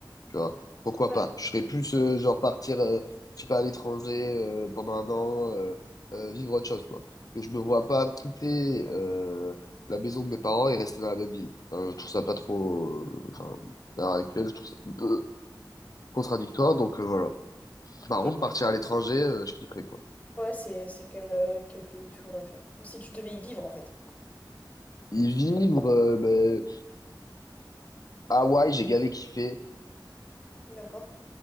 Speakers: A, on the left; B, on the left.
A: Tu vois, pourquoi
B: Ouais.
A: pas? Je serais plus euh, genre partir, euh, je sais pas, à l'étranger euh, pendant un an, euh, euh, vivre autre chose, quoi. Parce que je me vois pas quitter euh, la maison de mes parents et rester dans la même ville. Enfin, je trouve ça pas trop. euh, Enfin, à l'heure actuelle, je trouve ça un peu contradictoire. Donc euh, voilà. Par
B: Et
A: contre, partir à l'étranger, euh, je kifferais, quoi.
B: ouais, c'est c'est quel, euh, quel pays que je voudrais faire. Si tu devais y vivre, en fait.
A: Y vivre, euh, ben, Hawaï, j'ai gavé kiffé.
B: D'accord.